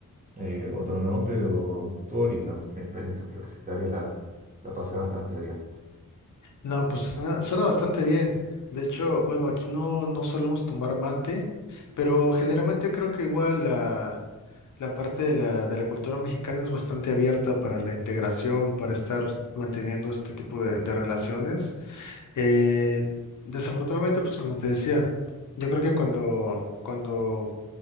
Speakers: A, on the right (about 25°); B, on the left (about 60°).
A: eh, otro no, pero estuvo lindo. Mi experiencia universitaria la, la pasé bastante bien.
B: No, pues suena, suena bastante bien. De hecho, bueno, aquí no, no solemos tomar mate, pero generalmente creo que igual la, la parte de la, de la cultura mexicana es bastante abierta para la integración, para estar manteniendo este tipo de, de relaciones. Eh, desafortunadamente, pues como te decía, yo creo que cuando, cuando